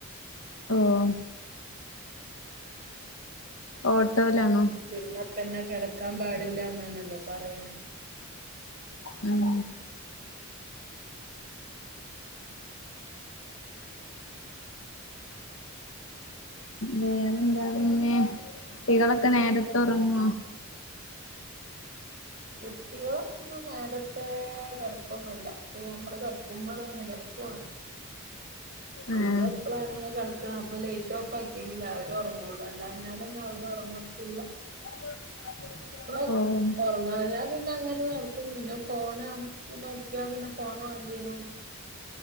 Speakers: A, on the left; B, on the right.
A: ഓഹ് ഓട്ടോയിലാണോ
B: തിന്നപ്പന്നെ കെടക്കാൻ പാടില്ലാന്നാണല്ലോ പറയൽ
A: ഉം വേറെ എന്താ പിന്നെ കുട്ടികളൊക്കെ നേരത്തെ ഒറങ്ങോ
B: കുട്ടികളൊന്നും നേരത്തെ കെടക്കോന്നുല്ല ഞമ്മള് കെടക്കുമ്പോളന്നെ കെടക്കുള്ളു നമ്മളെപ്പളാണോ
A: ആഹ്
B: കെടക്ക്‌ണെ അപ്പം ലൈ റ്റ്‌ ഓഫാക്കിയെങ്കിലേ അവര് ഒർങ്ങുള്ളൂ അല്ലാഞ്ഞാലൊന്നും അവര് ഒർങ്ങത്തില്ല
A: <inaudible>
B: <unintelligible>
A: ഓഹ്
B: ഒറങ്ങാഞ്ഞാ പിന്നെ അങ്ങനെ നടക്കും പിന്നെ ഫോൺ നോക്കിയാ പിന്നെ ഫോൺ വേണ്ടിവരും